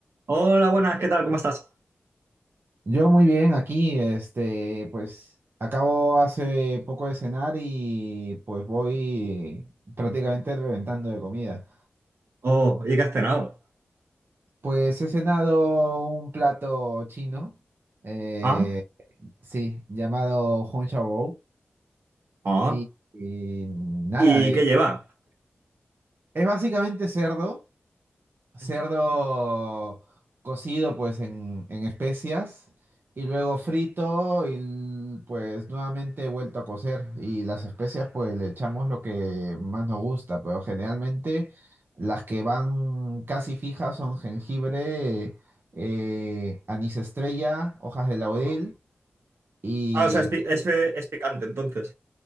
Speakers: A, on the right; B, on the right.
A: Hola, buenas, ¿qué tal? ¿Cómo estás?
B: Yo muy bien, aquí, este, pues acabo hace poco de cenar y pues voy prácticamente reventando de comida.
A: Oh, ¿y qué has cenado?
B: Pues he cenado un plato chino, eh,
A: Ah,
B: sí, llamado Hong Shao Rou,
A: ah.
B: y, y nada,
A: ¿Y
B: eh,
A: qué lleva?
B: es básicamente cerdo. Cerdo
A: Ujú,
B: cocido pues en, en especias y luego frito y l- pues nuevamente vuelto a cocer y las especias pues le echamos lo que más nos gusta, pero generalmente las que van casi fijas son jengibre, eh, anís estrella, hojas de laurel
A: ajá.
B: y
A: Ah, o sea, es, pi- es, eh, es picante entonces.